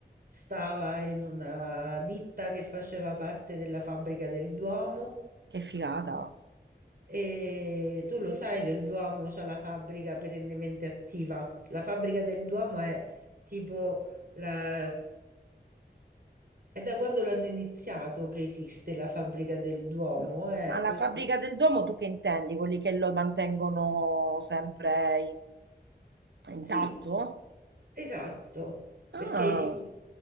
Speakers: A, on the right; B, on the right.
A: stava in una ditta che faceva parte della fabbrica del Duomo
B: Che figata.
A: E tu lo sai che il Duomo c'ha la fabbrica perennemente attiva. La fabbrica del Duomo è tipo la... È da quando l'hanno iniziato che esiste la fabbrica del Duomo,
B: M-
A: eh,
B: Ma la
A: questi
B: fabbrica del domo tu che intendi? Quelli che lo mantengono sempre in- intatto?
A: Sì, esatto,
B: Ah,
A: perché,